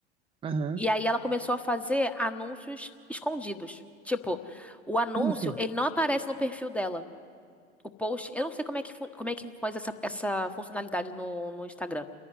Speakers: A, on the right; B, in the centre.
A: aham.
B: E aí ela começou a fazer anúncios escondidos. Tipo, o anúncio,
A: Como assim?
B: ele não aparece no perfil dela. O post, eu não sei como é que, fun- como é que faz essa, essa funcionalidade no, no Instagram,